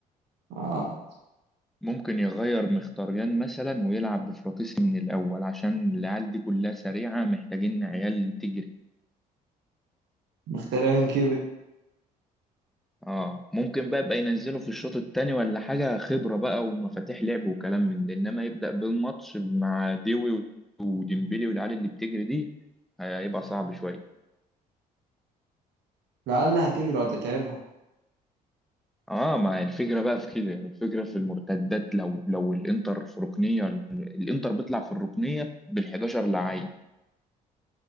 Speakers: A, on the right; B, in the centre.
A: اه
B: ممكن يغير مختاريان مثلا ويلعب بفراطيسي من الاول عشان العيال دي كلها سريعه محتاجين عيال تجري
A: مخترعين كيبي
B: اه ممكن بقى يبقى ينزله في الشوط التاني ولا حاجة خبرة بقى ومفاتيح لعب وكلام من ده انما يبدأ بالماتش مع ديوي وديمبلي والعيال اللي بتجري دي هيبقى صعب شوية
A: لعل هتجري وتتعبهم
B: اه ما الفكرة بقى في كده والفكرة في المرتدات لو لو الانتر في ركنية الانتر بيطلع في الركنية بال11 لعيب